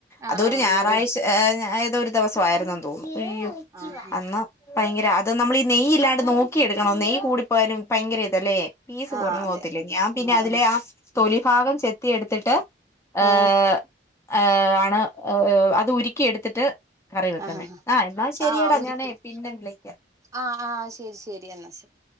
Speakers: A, on the right (about 20°); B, on the left (about 15°).
A: ആഹ്
B: അതൊരു
A: ആഹ്
B: ഞായറാഴ്ച്ച
A: അന്നേരം
B: ഏഹ് ഏതോ ഒര് ദിവസം ആയിരുന്നു തോന്നുന്നു അയ്യൊ
A: ആഹ്
B: അന്ന്. ഭയങ്കര അത് നമ്മൾ ഈ നെയ്യ് ഇല്ലാണ്ട് നോക്കിയെടുക്കണ്ണം നെയ്യ് കൂടിപ്പോയാലും ഭയങ്കര ഇതല്ലേ. പീസ്
A: ആഹ്
B: കുറഞ്ഞു
A: അതെ
B: പോകത്തില്ലേ ഞാൻ
A: ആഹ്
B: പിന്നെ അതിലെ
A: ആഹ്
B: ആ തൊലി ഭാഗം ചെത്തി എടുത്തിട്ട്. ഏഹ്
A: ഉം
B: ഏഹ് ആണ് അത് ഉരുക്കി എടുത്തിട്ട്. കറി വെക്കുന്നേ
A: ആഹ്
B: ആ എന്നാൽ ശരിയെടാ
A: ആഹ് ഉരുക്കണം
B: ഞാനേ പിന്നെ വിളക്കാ.
A: ആഹ് ആഹ് ശരി ശരി എന്നാ ശെരി